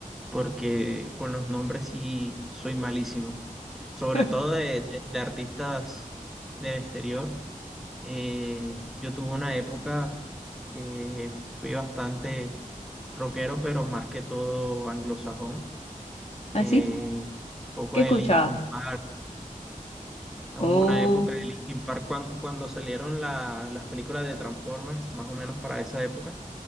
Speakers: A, in the centre; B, on the left (about 50°).
A: porque con los nombres sí soy malísimo. Sobre
B: <laughs>
A: todo de, de- de artistas del exterior. Eh, yo tuve una época que fui bastante rockero, pero más que todo anglosajón. Eh,
B: ¿así?
A: poco
B: ¿Qué
A: de
B: escuchabas?
A: Linkin Park. Hubo
B: Uh,
A: una época de Linkin Park cuando, cuando salieron la- las películas de Transformers, más o menos para esa época,